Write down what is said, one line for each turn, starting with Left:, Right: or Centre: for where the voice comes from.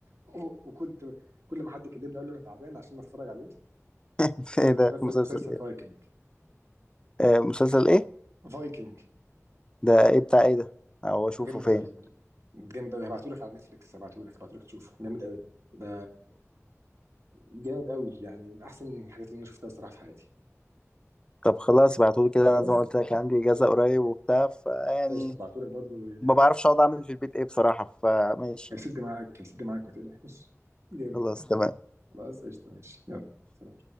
Right: و- وكنت كل ما حد يكلمني اقول له انا تعبان عشان اتفرج عليه
Left: <laughs>
Right: مسلسل
Left: ايه ده مسلسل
Right: مسلسل
Left: ايه
Right: فايكنج
Left: آه مسلسل ايه
Right: فايكنج
Left: ده ايه بتاع ايه ده او اشوفه
Right: جامد
Left: فين
Right: قوي جامد قوي هبعتهولك على نتفليكس هبعتهولك هبعتهولك تشوفه جامد قوي ده جامد قوي يعني من احسن الحاجات اللي انا شفتها الصراحه في حياتي
Left: طب خلاص ابعتولي كده
Right: خلاص
Left: انا زي ما قلت لك عندي اجازه قريب وبتاع فيعني
Right: قشطه هبعتهولك برضو
Left: ما بعرفش اقعد اعمل في البيت ايه بصراحه فماشي
Right: هيسد
Left: يعني.
Right: معاك هيسد معاك ما تقلقش <laughs> جامد
Left: خلاص تمام
Right: خلاص قشطه ماشي يلا سلام